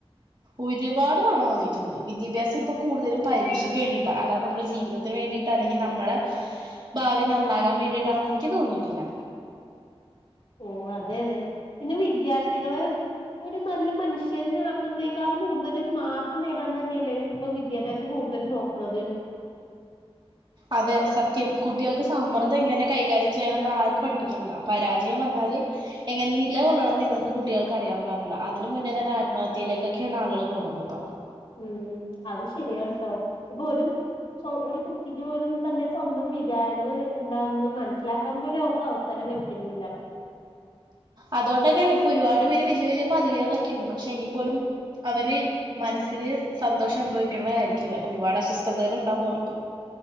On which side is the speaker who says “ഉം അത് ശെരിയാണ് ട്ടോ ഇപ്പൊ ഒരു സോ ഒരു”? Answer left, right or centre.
Left